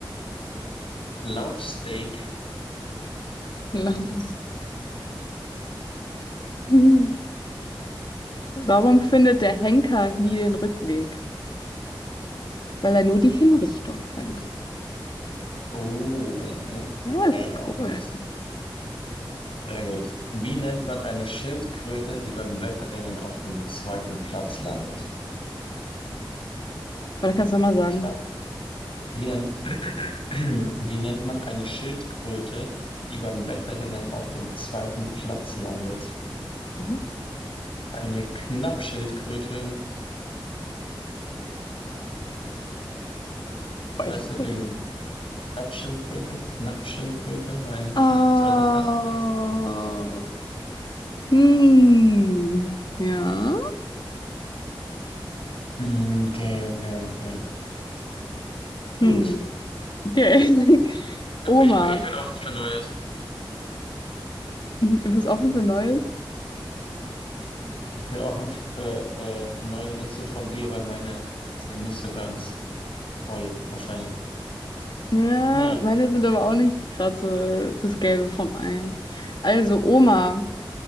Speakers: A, on the left (about 85°); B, on the left (about 60°).
A: Laufsteak.
B: <laughs> lass uns. Hm. Warum findet der Henker nie den Rückweg? Weil er nur die Hinrichtung kennt.
A: Oh,
B: Ja,
A: okay,
B: ist
A: auch
B: cool.
A: nice. Sehr gut. Wie nennt man eine Schildkröte, die beim Wettrennen auf dem zweiten Platz landet?
B: Oder kannst du auch mal sagen?
A: Knapp. Wie nennt, <clears throat> wie nennt man eine Schildkröte, die beim Wettrennen auf dem zweiten Platz landet?
B: Mhm.
A: Eine Knappschildkröte,
B: Weich.
A: Weißt du, wegen Stabschildkröte, Knappschildkröte, weil
B: Oh.
A: erster, zweiter Platz. nächster.
B: Hm. Ja.
A: Mm, Okay, okay, okay. Gut.
B: Hm. Okay. <laughs> Oma.
A: Ich, bin- ich bin offen für Neues.
B: Mhm. Du bist offen für Neues?
A: Ich bin offen für äh, neue Witze von dir, weil meine sind nicht so ganz toll, wahrscheinlich.
B: Ja,
A: Naja,
B: meine sind aber auch nicht gerade so das Gelbe vom Ei. Also, Oma.